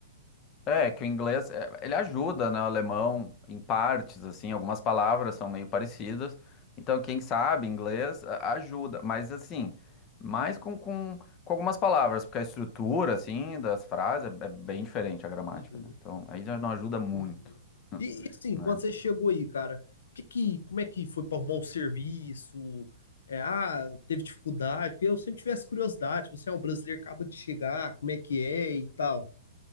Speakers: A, on the left (about 30°); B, on the left (about 70°).
A: É, que o inglês, é, ele ajuda, né, o alemão em partes, assim, algumas palavras são meio parecidas. Então, quem sabe inglês a- ajuda, mas assim, mais com, com, com algumas palavras, porque a estrutura, assim, das frases é, é bem diferente a gramática,
B: Uhum,
A: né? Então, aí já não ajuda muito,
B: uhum.
A: <laughs>
B: E, e assim,
A: né?
B: quando você chegou aí, cara, que que, como é que foi para arrumar um serviço? É, ah, teve dificuldade? Porque eu sempre tivesse curiosidade, você é um brasileiro, acaba de chegar, como é que é e tal.